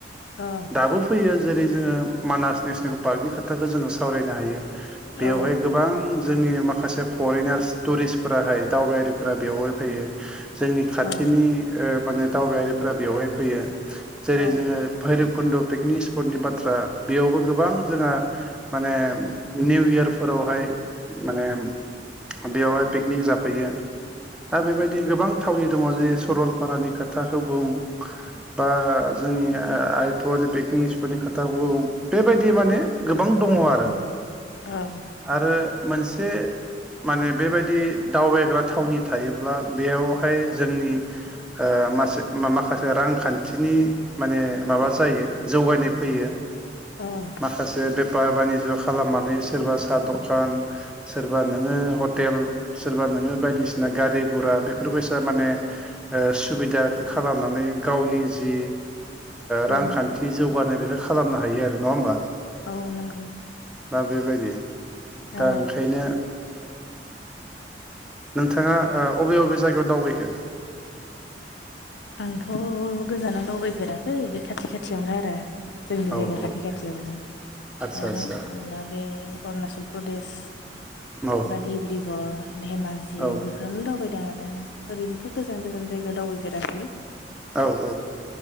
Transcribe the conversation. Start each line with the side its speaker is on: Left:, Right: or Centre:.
Left: औ
Centre: दाबो फैयो। जेरै जोङो मानास नेसनेल पार्कनि खोथाखौ जोङो सावरायनो हायो बेयावहाय
Left: औ
Centre: गोबां जोंनि माखासे फरेनार्स टुरिस्टफोराहाय दावबायारिफोरा बेवहाय फैयो। जोंनि खाथिनि
Left: औ
Centre: माने दावबायारिफ बेवहाय फैयो जेरै
Left: औ
Centre: जोङो भैरब कुन्द' पिकनिक स्पटनि बाथ्रा बेयावबो गोबां जोंहा माने निउ इयारफोराव हाय माने बेयावहाय पिकनिक जाफैयो दा बेबायदि गोबां थावनि दङ जे सरलपारानि खोथाखौ बुं बा जोंनि आइपवलि पिकनिक स्पट नि खोथा बुं बेबायदि माने गोबां दङ आरो
Left: औ
Centre: आरो मोनसे माने बेबायदि जुदि दावबायग्रा थावनि थायोब्ला बेयावहाय जोंनि मासे माखासे रांखान्थिनि माने माबा जायो। जौगानाय फैयो
Left: औ
Centre: माखासे बे बेफार बानिज्य खालामनानै सोरबा साहा दखान सोरबा नोङो हटेल सोरबा नोङो बायदिसिना गारि घरा बेफोरबायसा माने सुबिदाखौ खालामनानै गावनि जि रांखान्थि
Left: औ
Centre: जौगानाय बेखौ खालामनो हायो आरो नङा होमबा।
Left: औ नंगौ
Centre: दा बेबायदि दा
Left: औ
Centre: ओंखायनो नोंथांआ ओ अबे अबे जायगायाव दावबायखो?
Left: आंथ' गोजानाव दावबायफेराखै बे खाथि खाथियावनो आरो। जोंनि
Centre: औ
Left: जायगा खाथि
Centre: औ
Left: खाथियावनो।
Centre: आदसा
Left: दा
Centre: आदसा
Left: बुंनो थांङोब्ला बे अरुणाचल प्रदेश
Centre: औ
Left: बा डिब्रुगर धेमाजि
Centre: औ
Left: बेफोरावनो दावबायदों आरो ओरैनोथ' गोजान गोजान जायगायाव दावबायफेराखै
Centre: औ-औ।